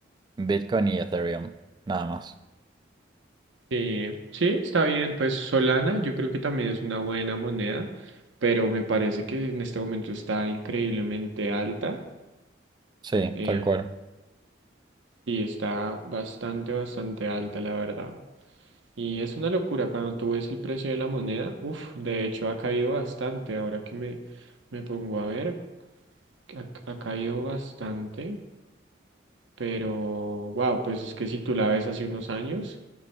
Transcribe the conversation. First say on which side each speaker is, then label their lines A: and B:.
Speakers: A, on the right (about 25°); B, on the right (about 80°).
A: Bitcoin y Ethereum, nada más.
B: Eh, sí, está bien. Pues Solana, yo creo que también es una buena moneda, pero me parece que en este momento está increíblemente alta.
A: Sí,
B: em,
A: tal cual.
B: Sí, está bastante, bastante alta, la verdad. Y es una locura cuando tú ves el precio de la moneda. Uf, de hecho ha caído bastante. Ahora que me, me pongo a ver, ha, ha caído bastante. Pero, wow, pues es que si tú la ves hace unos años,